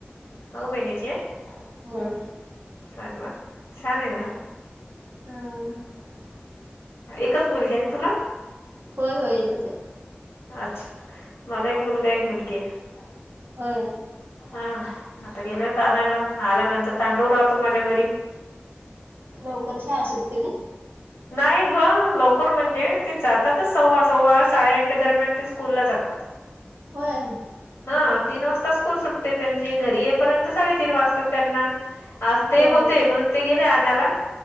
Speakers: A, on the left; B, on the right.
A: नौ महिन्याची आहे
B: होय
A: आरे वा छान आहे ना
B: हम
A: एकच मुलगी आहे ना तुला
B: होय होय एकच आहे
A: अच्छा मला एक मुलगा एक मुलगी आहे
B: हो
A: हा आता गेलेत आणायला आल्यानंतर तांडूळ राहतो माझ्या घरी
B: लवकर शाळा सुटते का
A: नाही ग लवकर म्हणजे ते जातातच सव्वा सव्वा साडेआठच्या दरम्यान ते स्कूलला जातात
B: होय
A: हा
B: हां हां
A: तीन वाजता स्कूल सुटते त्यांची घरी येपर्यंत साडेतीन वाजताात त्यांना आज
B: होय
A: ते होते म्हणून ते गेले आणाला